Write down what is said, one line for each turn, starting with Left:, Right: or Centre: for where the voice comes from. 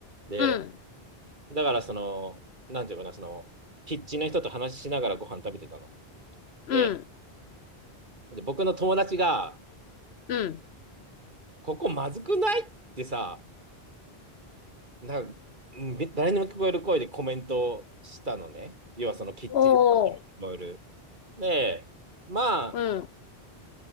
Right: で、
Left: うん、
Right: だからその、なんていうかな、その、キッチンの人と話しながらご飯食べてたの。
Left: うん、
Right: で、で僕の友達が、
Left: うん。
Right: ここまずくないってさ、なんか、うん誰にも聞こえる声でコメントをしたのね。要はそのキッチンにも聞こえる。
Left: おー、
Right: で、まあ、
Left: うん、